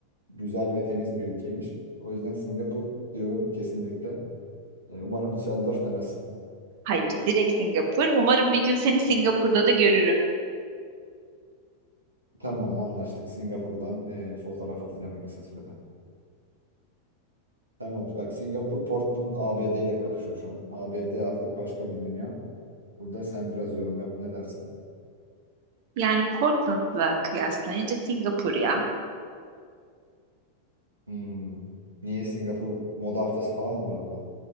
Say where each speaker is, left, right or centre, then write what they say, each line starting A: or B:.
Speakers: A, on the right; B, on the right.
A: güzel ve temiz bir ülkeymiş. O yüzden Singapur diyorum kesinlikle. E, umarım Düsseldorf demezsin.
B: Hayır, direkt Singapur. Umarım bir gün seni Singapur'da da görürüm.
A: Tamam anlaştık. Singapur'dan e, fotoğraf atacağım en kısa sürede. Tamam bak Singapur Portland ABD ile kapışıyor şu an. ABD artık başka bir dünya. Burada sen biraz yorum yap ne dersin?
B: Yani Portland'la kıyaslayınca Singapur ya.
A: Hmm. Niye Singapur moda haftası falan mı var orada?